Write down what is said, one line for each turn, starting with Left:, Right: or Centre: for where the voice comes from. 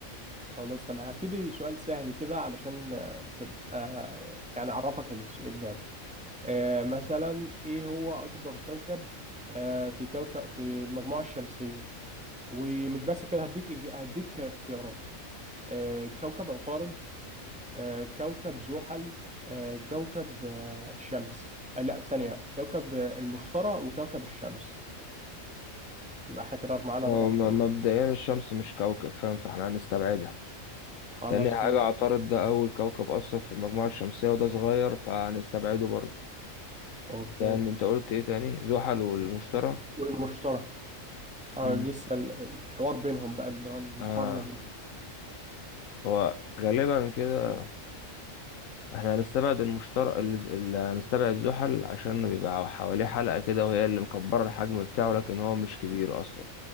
Centre: خلاص تمام هبتدي سؤال سهل كده علشان آه، تبقى آه، يعني أعرفك الس- اللعبة آه، مثلا إيه هو أكبر كوكب آه، في كوكب في المجموعة الشمسية ومش بس كده هديك هديك اختيارات آه، كوكب عطارد آه، كوكب زحل آه، كوكب آه، الشمس آه، لا ثانية كوكب آه، المشتري وكوكب الشمس يبقى احنا كده معانا
Left: هو
Centre: أربع خيارات
Left: م- مبدئيا الشمس مش كوكب فاهم فاحنا هنستبعدها
Centre: خلاص
Left: تاني حاجة
Centre: كويس
Left: عطارد ده أول كوكب أصلا في المجموعة الشمسية وده صغير فهنستبعده برضه
Centre: أوكي
Left: تاني أنت قلت إيه تاني زحل والمشتري
Centre: والمشتري اه
Left: امم
Centre: لسه ال- الحوار بينهم بقى اللي هو المقارنه
Left: آه
Centre: بال-
Left: هو غالبا كده احنا هنستبعد المشترك اللي هنستبعد زحل عشان بيبقى حواليه حلقة كده وهي اللي مكبرة الحجم بتاعه لكن هو مش كبير اصلا